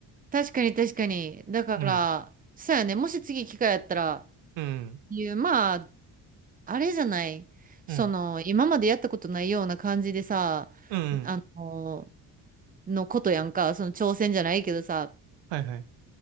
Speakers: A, on the right; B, on the right.
A: 確かに確かに。だから、
B: うん。
A: そうやね。もし次機会やったら、
B: うん。
A: いう、まあ、あれじゃない。その、
B: うん。
A: 今までやったことないような感じでさ、
B: うん。うん
A: あの、のことやんか。その挑戦じゃないけどさ、
B: はいはい。